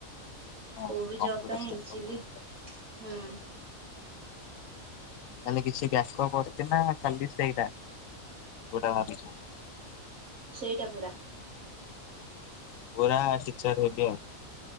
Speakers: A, on the left; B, on the right.
A: ହଁ
B: କୋଉ ବି
A: କମ୍ପିଟିସନ
B: ଜବ୍ ଟା ହିଁ ଇଜିଲି
A: ତ ବହୁତ ଥାଏ।
B: ହୁଁ।
A: ତାହେଲେ କିଛି ବ୍ୟାକଅପ୍ ନା ଖାଲି ସେଇଟା ଯୋଉଟା ଭାବିଛ।
B: ସେଇଟା ପୁରା।
A: ପୁରା ଟିଚର ହେବି ଆଉ।